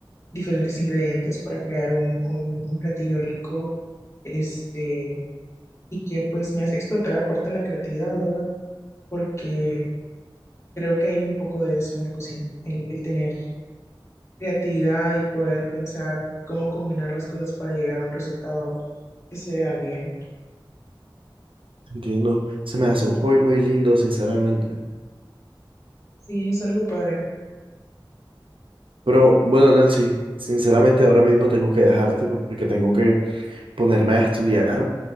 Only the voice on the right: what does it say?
Entiendo, se me hace un hobby muy lindo, sinceramente.
Pero bueno, Nelcy, sinceramente ahora mismo tengo que dejarte porque tengo que ponerme a estudiar.